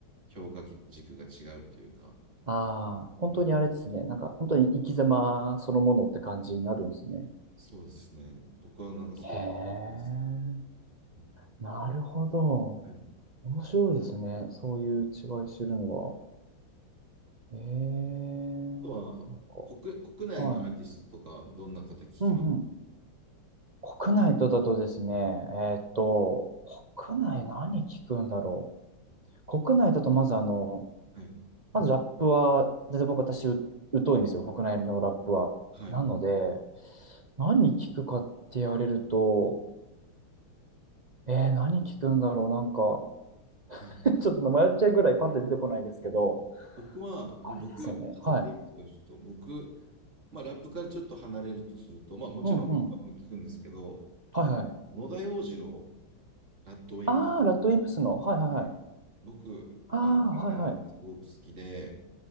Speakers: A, on the right; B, on the right.
A: 評価軸が違うというか、
B: ああ、本当にあれですね。
A: うん、
B: なんか本当に生き様そのものって感じになるんですね。
A: そうですね。僕はなんかそういう印ですね。
B: へえ。
A: うん
B: なるほど。
A: はい
B: 面白いですね。そういう違い知るのは。へえ。
A: とは、
B: なんか、
A: 国、国内のアーティストとか、
B: はい。
A: どんな方聞きます
B: うんうん。国内とだとですね、
A: はい。
B: えーっと、国内何聞くんだろう。国内だとまずあの、
A: はい。
B: まずラップは、だって僕私う疎いんですよ、国内のラップは。
A: はい。
B: なので、何聞くかって言われると、えー、何聞くんだろう、なんか、
A: はい。
B: <laughs> ちょっと迷っちゃうぐらいパッて出てこないですけど、
A: あ、僕は、じゃあ僕、
B: あれですよね。
A: 辿っていいですか、
B: はい。
A: ちょっと。僕、まあ、ラップからちょっと離れるとすると、まあ、もちろんラッパーも聞くんですけど、
B: うんうん。はいはい。
A: 野田洋次郎、ラッドウィンプっ
B: ああ、ラッドウィンプスの。はいはいはい。
A: て、僕、
B: ああ、
A: あの、
B: はいはい。
A: 彼の歌すごく好きで、